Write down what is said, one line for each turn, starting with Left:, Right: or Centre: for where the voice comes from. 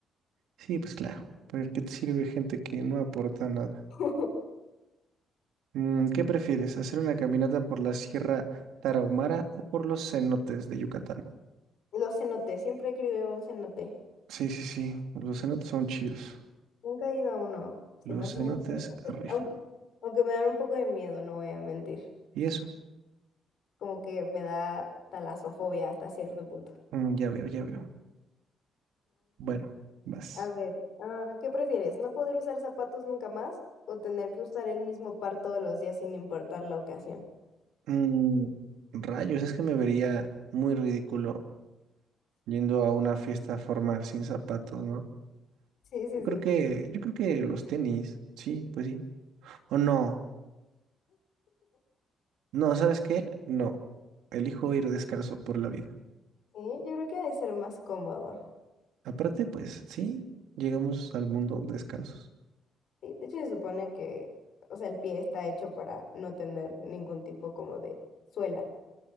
Right: Sí, pues claro. Porque qué te sirve gente que no aporta nada?
Left: <laughs>
Right: Mm, ¿Qué prefieres, hacer una caminata por la Sierra Tarahumara o por los cenotes de Yucatán?
Left: Los cenotes, siempre he querido ir a un cenote.
Right: Sí, sí, sí, los cenotes son chidos.
Left: Nunca he ido a uno. Se
Right: Los
Left: me hace
Right: cenotes
Left: muy interesante.
Right: rifan.
Left: Aunque, aunque me dan un poco de miedo, no voy a mentir.
Right: ¿Y eso?
Left: Como que me da talasofobia hasta cierto punto.
Right: Mm, ya veo, ya veo. Bueno, vas.
Left: A ver, ah, ¿qué prefieres? ¿No poder usar zapatos nunca más o tener que usar el mismo par todos los días sin importar la ocasión?
Right: Mm, rayos, es que me vería muy ridículo yendo a una fiesta formal sin zapatos, ¿no?
Left: Sí, sí,
Right: Yo creo
Left: sí.
Right: que, yo creo que los tenis, sí, pues sí. O no, no, ¿sabes qué? No, elijo ir descalzo por la vida.
Left: Sí, yo creo que ha de ser más cómodo.
Right: Aparte, pues sí, llegamos al mundo descalzos.
Left: Sí, de hecho, se supone que, o sea, el pie está hecho para no tener ningún tipo como de suela.